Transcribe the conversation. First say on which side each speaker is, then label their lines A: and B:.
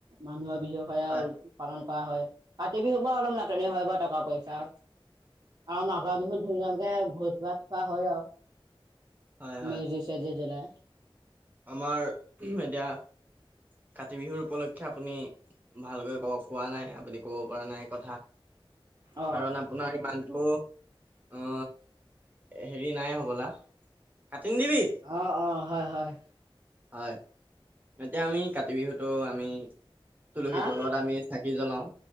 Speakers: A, on the right; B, on the right.
A: মানুহৰ, বিহু সেয়া
B: হয়
A: পালন কৰা হয় কাতি বিহু পৰা অলপ হয়। নাটনি হয় আৰু টকা পইচা আৰু মাঘৰ বিহুত ধুম ধামকে ভোজ ভাত খোৱা হয় আৰু
B: হয়, হয়,
A: মে জিছে চেজি জুলাই।
B: আমাৰ এতিয়া। কাৰ্তিক বিহুৰ উপলক্ষে আপুনি ভালকৈ ক খোৱা নাই আপুনি ক'ব পৰা নাই কথা।
A: অ
B: কাৰণ- আপোনাৰ ইমানটো অ হেৰি নাই হবলা। কাটি নি দিবি
A: অ অ হয় হয়।
B: হয়। এতিয়া আমি কাতি, বিহুতো আমি তুলসীৰ,
A: আহ
B: তলত আমি চাকি জ্বলাও।